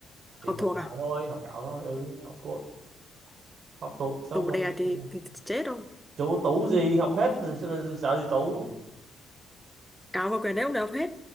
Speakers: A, in the centre; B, on the right (about 45°).
A: học
B: thì học
A: thuộc
B: gạo
A: à
B: thôi học gạo thôi ừ học thuộc học thuộc xong
A: tủ
B: rồi
A: đè
B: <laughs>
A: thì, thì chết ông
B: chủ tủ gì học hết rồi sao lại sợ gì tủ
A: cáo vào quyển đấy ông đều học hết